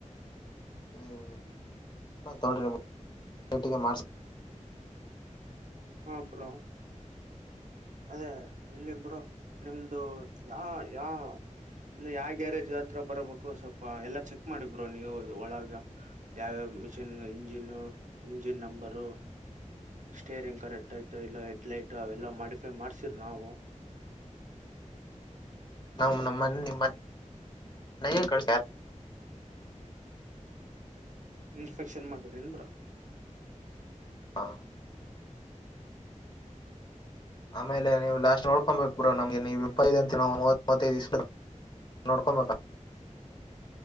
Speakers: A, on the left; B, on the right.
A: ನೀವು ತ್ರಿೇಟಿಗೆ ಮಾಡ
B: ಹ ಅಪರ ಅದೇ ಇಲ್ಲಿಬ್ರು ನಿಮ್ದು ಯಾ ಯಾ ಅಂದ್ರೆ ಯಾವ ಗ್ಯಾರೇಜ್ ಹತ್ರ ಬರಬೇಕು ಸ್ವಲ್ಪ ಎಲ್ಲಾ ಚೆಕ್ ಮಾಡಿಬ್ರೋ ನೀವು ಒಳಗ ಯಾವ machine engine engine number steering correct ಆಯ್ತ ಇಲ್ಲ ಹೆಡ್ಲೈತ ಅವೆಲ್ಲ ಮಾಡ ಮಾಡ್ಸರ ನಾವು
A: ಮ್ಮ ನಿ ಮನ ಕಳ್ಸ
B: ಇನ್ಸ್ಪೆಕ್ಷನ್ ಮದರ್ ಏನ್ಬ್ರ
A: ಹಾ ಆಮೇಲೆ ನೀವು ಲಾಸ್ಟ್ ನೋಡ್ಕೊಬೇಕು ಪೂರಾ ನಮ್ಗೆ ನೀವು ಇಪ್ಪ ಅಂತ ನಾ ಮೂವತ್ವೈದು ನೋಡ್ಕೊಮಕ